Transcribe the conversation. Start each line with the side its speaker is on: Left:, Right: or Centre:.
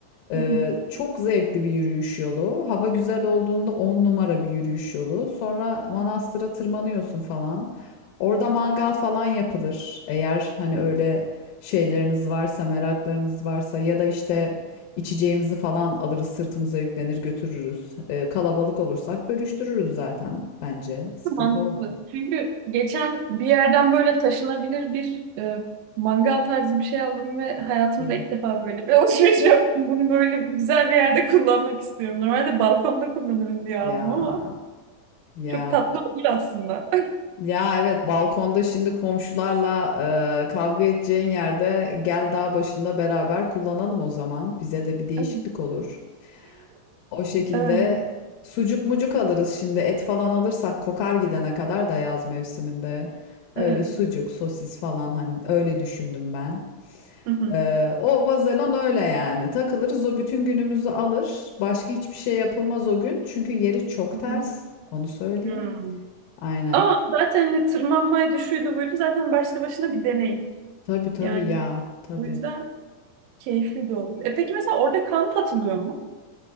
Left: Ee,
Right: Hı hı.
Left: çok zevkli bir yürüyüş yolu. Hava güzel olduğunda 10 numara bir yürüyüş yolu. Sonra manastıra tırmanıyorsun falan. Orada mangal falan yapılır. Eğer hani öyle şeyleriniz varsa, meraklarınız varsa ya da işte içeceğimizi falan alırız, sırtımıza yüklenir, götürürüz. Ee, kalabalık olursak bölüştürürüz zaten bence. Sıkıntı
Right: Mantıklı.
Left: olmaz.
Right: Çünkü geçen bir yerden böyle taşınabilir bir e, mangal tarzı bir şey aldım ve hayatımda
Left: O.
Right: ilk defa böyle bir <laughs> alışveriş yaptım. Bunu böyle güzel bir yerde kullanmak istiyorum. Normalde balkonda kullanırım diye
Left: Ya
Right: aldım ama
Left: ya
Right: çok tatlı olur aslında.
Left: Ya evet balkonda şimdi komşularla e, kavga edeceğin yerde gel dağ başında beraber kullanalım o zaman. Bize de bir değişiklik
Right: <laughs>
Left: olur. O şekilde
Right: Evet,
Left: sucuk mucuk alırız şimdi et falan alırsak kokar gidene kadar da yaz mevsiminde. Öyle
Right: evet.
Left: sucuk sosis falan hani öyle düşündüm ben.
Right: Hı hı.
Left: E, o vazelon öyle yani takılırız o bütün günümüzü alır. Başka hiçbir şey yapılmaz o gün çünkü yeri çok
Right: Hı
Left: ters
Right: hı.
Left: onu söyleyeyim.
Right: Hmm.
Left: Aynen.
Right: Ama zaten hani tırmanmaydı, şuydu buydu zaten başlı başına bir deneyim.
Left: Tabii tabii
Right: Yani
Left: ya tabii.
Right: bu yüzden keyifli de olur. E peki mesela orada kamp atılıyor mu?